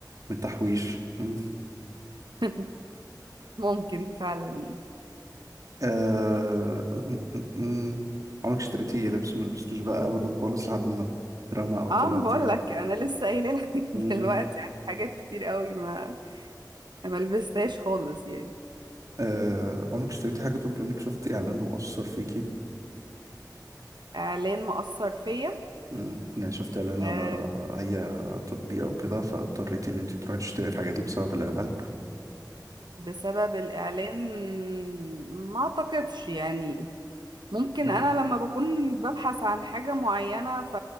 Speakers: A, on the right (about 50°); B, on the right (about 80°).
A: من تحويش مم.
B: <laughs> ممكن فعلا يعني
A: آه... م- م- م. عمرك اشتريتي لبس ملبستوش بقى ابدا خالص لحد ما اترمى او طلعتي
B: اه ما بقول لك انا لسه قايله لك <laughs>
A: مم.
B: دلوقتي يعني حاجات كتير قوي ما ما لبستهاش خالص يعني
A: آه... عمرك اشتريتي حاجة طب لانك شفتي اعلان وأثر فيكي
B: اعلان مأثر فيا
A: مم. يعني شفت اعلان
B: آه،
A: على اي تطبيق او كده فاضطريت ان انت تروحي تشتري الحاجه دي بسبب الاعلان
B: بسبب الاعلان ما اعتقدش يعني ممكن
A: مم.
B: انا لما بكون ببحث عن حاجة معينة ف...